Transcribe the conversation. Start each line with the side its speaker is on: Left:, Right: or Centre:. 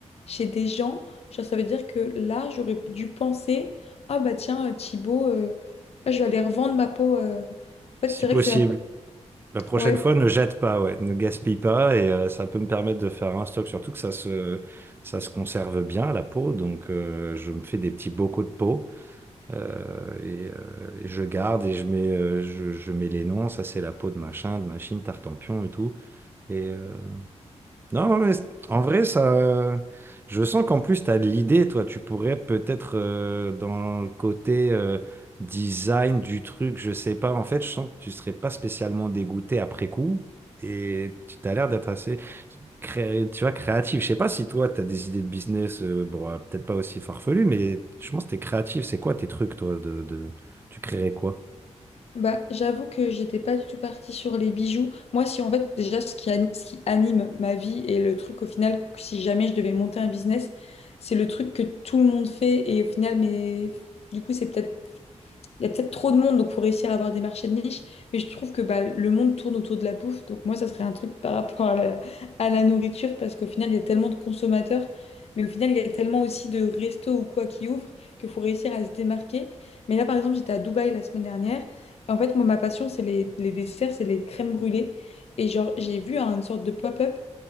Left: chez des gens Genre, ça veut dire que là, j'aurais dû penser, ah bah tiens, euh, Thibaut, euh, ah, je vais aller revendre ma peau. euh. En fait,
Right: si
Left: c'est
Right: possible.
Left: vrai que c'est un... peu-
Right: La prochaine
Left: Ouais,
Right: fois, ne jette pas, ouais, ne gaspille pas et euh, ça peut me permettre de faire un stock, surtout que ça se, ça se conserve bien la peau, donc euh, je me fais des petits bocaux de peau euh, et, euh, et je garde et je mets, euh, je, je mets les noms, ça c'est la peau de machin, de machine, tartempion et tout, et, euh, non, mais c'est- en vrai, ça. Je sens qu'en plus, tu as de l'idée, toi. Tu pourrais peut-être, euh, dans le côté euh, design du truc, je sais pas. En fait, je sens que tu serais pas spécialement dégoûté après coup. Et tu as l'air d'être assez cré- tu vois, créatif. Je sais pas si toi, tu as des idées de business, euh, bon, euh, peut-être pas aussi farfelues, mais je pense que tu es créatif. C'est quoi tes trucs, toi, de, de- Tu créerais quoi?
Left: bah j'avoue que j'étais pas du tout partie sur les bijoux. Moi, si en fait, déjà, ce qui, ani- ce qui anime ma vie et le truc au final, que si jamais je devais monter un business, c'est le truc que tout le monde fait et au final, mais du coup, c'est peut-être il y a peut-être trop de monde, donc faut réussir à avoir des marchés de niche. Mais je trouve que bah, le monde tourne autour de la bouffe. Donc moi, ça serait un truc par rapport à la, à la nourriture, parce qu'au final, il y a tellement de consommateurs, mais au final, il y a tellement aussi de restos ou quoi qui ouvrent qu'il faut réussir à se démarquer. Mais là, par exemple, j'étais à Dubaï la semaine dernière. Et en fait, moi, ma passion, c'est les, les desserts, c'est les crèmes brûlées. Et genre, j'ai vu hein, une sorte de pop-up.